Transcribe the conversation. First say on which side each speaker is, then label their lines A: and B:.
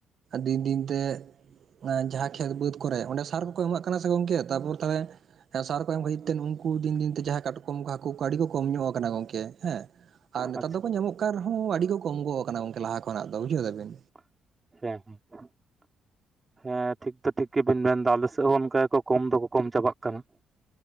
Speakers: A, on the right; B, on the right.
A: ᱫᱤᱱ ᱫᱤᱱ ᱛᱮ ᱡᱟᱦᱟᱸ ᱠᱷᱮᱛ ᱵᱟᱹᱫᱽ ᱠᱚᱨᱮ ᱚᱸᱰᱮ ᱥᱟᱨ ᱠᱚᱠᱚ ᱮᱢᱟᱜ ᱠᱟᱱᱟ ᱥᱮ ᱜᱚᱝᱠᱮ ᱛᱟᱨᱯᱚᱨ ᱛᱟᱦᱚᱞᱮ ᱦᱮᱸ ᱥᱟᱨ ᱠᱚ ᱮᱢ ᱦᱩᱭᱩᱜ ᱛᱮ ᱩᱱᱠᱩ ᱫᱤᱱ ᱫᱤᱱ ᱛᱮ ᱡᱟᱦᱟᱸᱭ ᱠᱟᱴᱠᱚᱢ ᱠᱟᱴᱠᱚᱢ ᱠᱚ ᱦᱟᱹᱠᱩ ᱠᱚ ᱟᱹᱰᱤ ᱠᱚ ᱠᱚᱢ ᱧᱚᱜ ᱟᱠᱟᱱᱟ ᱜᱚᱝᱠᱮ ᱦᱮᱸ ᱟᱨ ᱱᱮᱛᱟᱨ
B: ᱟᱪᱪᱷᱟ
A: ᱫᱚᱠᱚ ᱧᱟᱢᱚᱜ ᱚᱝᱠᱟᱱ ᱦᱚᱸ ᱟᱹᱰᱤ ᱠᱚ ᱠᱚᱢ ᱜᱚᱜ ᱠᱟᱱᱟ ᱜᱚᱝᱠᱮ ᱞᱟᱦᱟ ᱠᱷᱱᱟᱜ ᱫᱚ ᱵᱩᱡᱷᱟᱹᱣ ᱫᱟᱵᱤᱱ᱾
B: <unintelligible> ᱦᱮᱸ ᱴᱷᱤᱠ ᱫᱚ ᱴᱷᱤᱠ ᱜᱮᱵᱤᱱ ᱢᱮᱱᱫᱟ ᱟᱞᱮ ᱥᱮᱫ ᱦᱚᱸ ᱚᱱᱠᱟ ᱜᱮ ᱠᱚᱢ ᱫᱚᱠᱚ ᱠᱚᱢ ᱪᱟᱵᱟᱜ ᱠᱟᱱᱟ᱾